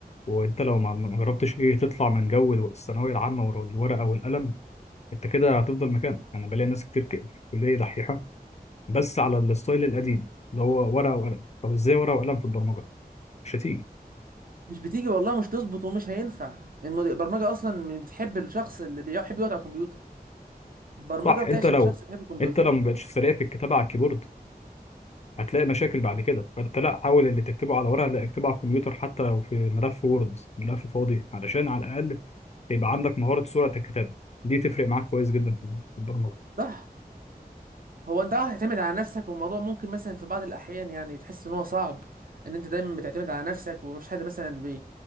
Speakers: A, on the left (about 45°); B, on the right (about 60°).
A: وانت لو ما ما جربتش ايه تطلع من جو الو- الثانويه العامه ور- والورقه والقلم انت كده هتفضل مكانك انا بلاقي ناس كتير كده في الكليه دحيحه بس على الستايل القديم اللي هو ورقه وقلم طب ازاي ورقه وقلم في البرمجه مش هتيجي
B: مش بتيجي والله مش تظبط ومش هينفع المد- البرمجه اصلا بتحب الشخص اللي بيحب يقعد على الكمبيوتر البرمجه
A: صح
B: بتعشق
A: انت لو
B: الشخص اللي بيحب الكمبيوتر
A: انت لو ما بقتش سريع في الكتابه على الكيبورد هتلاقي مشاكل بعد كده فانت لا حاول اللي تكتبه على ورقه لا اكتبه على الكمبيوتر حتى لو في ملف وورد ملف فاضي علشان على الاقل يبقى عندك مهاره سرعه الكتابه دي تفرق معاك كويس جدا في في البرمجه
B: صح هو انت اه هتعتمد على نفسك والموضوع ممكن مثلا في بعض الاحيان يعني تحس ان هو صعب ان انت دايما بتعتمد على نفسك ومفيش حد مثلا بي,